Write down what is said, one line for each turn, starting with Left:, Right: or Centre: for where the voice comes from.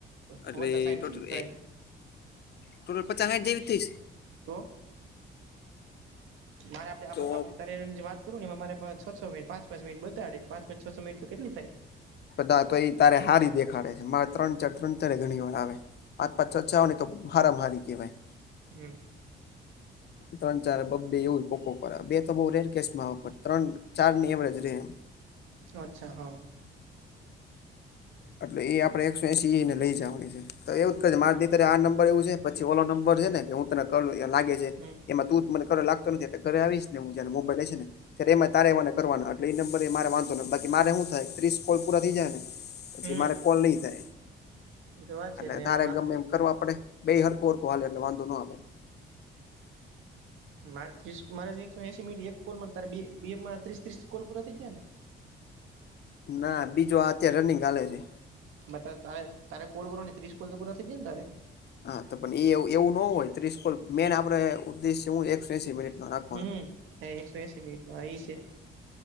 Left: એટલે
Right: પચાસ સાઈઠ
Left: ટોટલ
Right: જેવી થઈ
Left: એ ટોટલ પચા હાઈઠ જેવી થઈસ.
Right: તો મારે આપણે આપ
Left: તો
Right: આપ તારી જેમ વાત કરું ને મારે એમાં પ છ છ મિનિટ પાંચ પાંચ મિનિટ બતાડે તો પાંચ પાંચ છ છ મિનિટ તો કેટલી થાય?
Left: બધા તો એ તારે હારી દેખાડે છે મારે ત્રણ ચાર ત્રણ ચારે ઘણી વાર આવે પાંચ પાંચ છ છ આવેને તો હારામાં હારી કેવાય.
Right: હમ
Left: ત્રણ ચારે બબ્બે એવું એ કોક કોક વાર આવે બે તો બહુ રેર કેસમાં આવે પણ ત્રણ ચારની એવરેજ રે એમ.
Right: અચ્છા હહ.
Left: એટલે એ આપણે એકસો એસી એને લઈ જાવાની છે તો એવું જ કર જે
Right: હમ
Left: મારે અતારે આ નંબર એવું છે. પછી ઓલો નંબર છે ને કે હું તને કરું લાગે છે
Right: હમ
Left: એમાં તું મને કર લાગતો નથી આપે ઘરે આવીશ ને હું જ્યારે મોબાઈલ હશે ને ત્યારે એમાં એ તારે મને કરવાનો એટલે ઈ નંબર એ મારે વાંધો નથી બાકી મારે હું થાય ત્રીસ કોલ પૂરા થઈ જાય ને પછી
Right: હમ
Left: મારે કોલ નહી થાય.
Right: એ તો વાત છે
Left: એટલે તારે
Right: વાત
Left: ગમે એમ કરવા પડે બેય હરખું હરખું હાલે એટલે વાંધો નો આવે.
Right: મારે ત્રીસ મારે તો એકસો એસી મિનિટ એક કોલમાં ને તારે બે બેમા ત્રીસ ત્રીસ કોલ પૂરા થઈ ગયા ને?
Left: ના બીજો આ અત્યારે રનિંગ હાલે છે.
Right: મતલબ ત્રણે તારે કોલ કરો ને ત્રીસ કોલ તો પૂરા થઈ ગયા ને તારે?
Left: હા તો પન એ એવું ન હોય ત્રીસ કોલ મેઈન આપણે ઉદ્દેશ્ય હું એકસો એશી મિનિટનો રાખ
Right: હમ હા એકસો એસી મિનિટનો હા ઈસે.